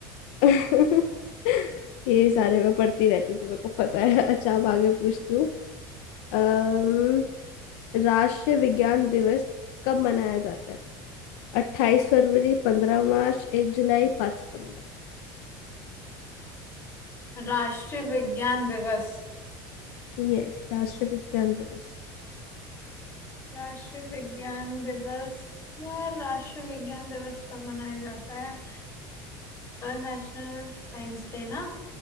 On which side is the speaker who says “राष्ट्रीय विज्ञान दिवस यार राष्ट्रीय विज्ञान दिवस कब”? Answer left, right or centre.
Left